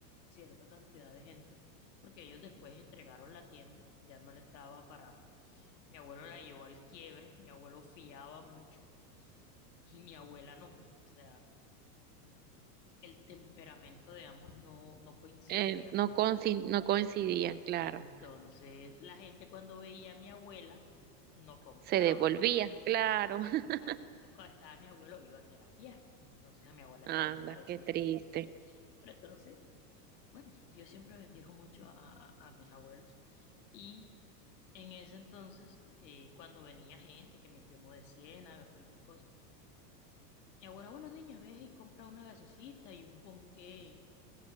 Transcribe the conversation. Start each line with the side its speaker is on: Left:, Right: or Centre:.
Left: cierta cantidad de gente, porque ellos después entregaron la tienda, ya no le estaba para... Mi abuelo la llevó al quiebre, mi abuelo fiaba mucho y mi abuela no. O sea, el temperamento de ambos no, no coincidía.
Right: Eh, no coinci- no coincidían, claro.
Left: Entonces, la gente cuando veía a mi abuela no compraba.
Right: Se devolvía claro.
Left: Exacto.
Right: <laughs>
Left: Entonces, cuando estaba mi abuelo, iban era a fiar. Entonces, a mi abuela eso
Right: Anda,
Left: no le parecía.
Right: qué triste.
Left: Pero entonces bueno, Dios siempre bendijo mucho a, a- a mis abuelos. Y en ese entonces, eh, cuando venía gente, que mi primo de Ciénaga, cualquier cosa, mi abuela, bueno, niña, ves y compra una gaseosita y un ponqué.